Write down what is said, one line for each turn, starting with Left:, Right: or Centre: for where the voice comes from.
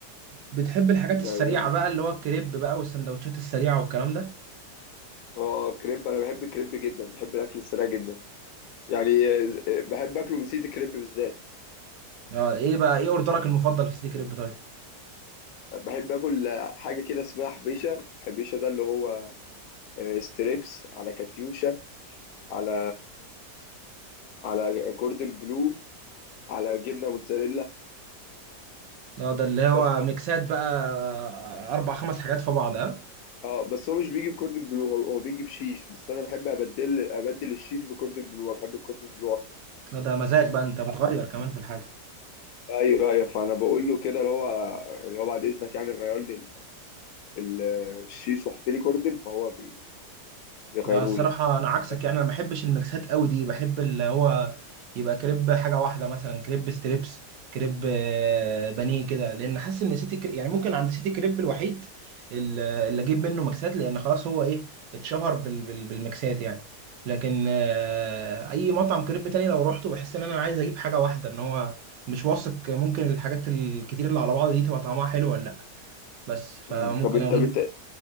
Right: بتحب الحاجات
Left: يعني
Right: السريعه
Left: يعني
Right: بقى اللي هو الكريب بقى والسندوتشات السريعه والكلام ده
Left: اه كريب انا بحب الكريب جدا بحب الاكل السريع جدا يعني آه، بحب اكله من سيتي الكريب بالذات
Right: اه ايه بقى ايه اوردرك المفضل في سيتي كريب طيب
Left: بحب اكل آه، حاجه كده اسمها حبيشه حبيشه ده اللي هو آه، ستريبس على كاتيوشا على على كوردن بلو على جبنه موتزاريلا
Right: اه ده اللي هو
Left: بس
Right: ميكسات بقى اربع خمس حاجات في بعض اه
Left: اه بس هو مش بيجي بكوردن بلو هو هو بيجي بشيش بس انا بحب ابدل ابدل الشيش بكوردن بلو أنا بحب الكوردن بلو اكتر
Right: آه، ده مزاج بقى انت بتغير كمان في الحاجه
Left: ايوه ايوه فانا بقول له كده اللي هو اللي هو بعد اذنك يعني غير لي ال- ال- الشيش وحط لي كوردن فهو بي... بيغيره
Right: لا الصراحة
Left: لي يعني
Right: أنا عكسك
Left: بس
Right: يعني أنا ما بحبش الميكسات قوي دي بحب اللي هو يبقى كريب حاجة واحدة مثلا كريب ستريبس كريب آه، بانيه كده لأن حاسس إن سيتي كريب يعني ممكن عند سيتي كريب الوحيد ال- اللي أجيب منه ميكسات لأن خلاص هو إيه اتشهر بال- بال- بالميكسات يعني لكن آه، أي مطعم كريب تاني لو روحته بحس إن أنا عايز أجيب حاجة واحدة إن هو مش واثق ممكن الحاجات الكتير اللي على بعض دي تبقى طعمها حلو ولا لأ بس
Left: مم.
Right: ايوه فممكن
Left: طب انت
Right: صح أجيب
Left: بت...